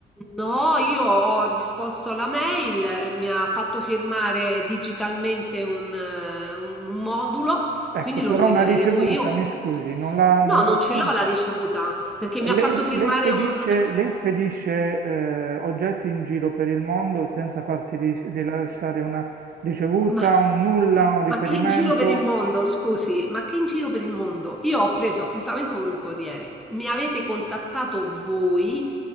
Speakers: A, in the centre; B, on the right (about 50°).
A: No, io ho risposto alla mail, eh, mi ha fatto firmare digitalmente un, eh, un modulo,
B: Ecco,
A: quindi lo
B: però
A: dovete
B: una
A: avere
B: ricevuta,
A: voi. Io <laughs>
B: mi scusi, non l'ha non
A: no,
B: l'ha
A: non
B: ottenuta.
A: ce l'ho la ricevuta perché mi ha
B: Lei,
A: fatto firmare
B: lei spedisce,
A: un...
B: lei spedisce, eh, oggetti in giro per il mondo senza farsi ri- rilasciare una ricevuta,
A: Ma
B: un nulla, un riferimento?
A: ma che in giro per il mondo, scusi, ma che in giro per il mondo? Io ho preso appuntamento con un corriere, mi avete contattato voi,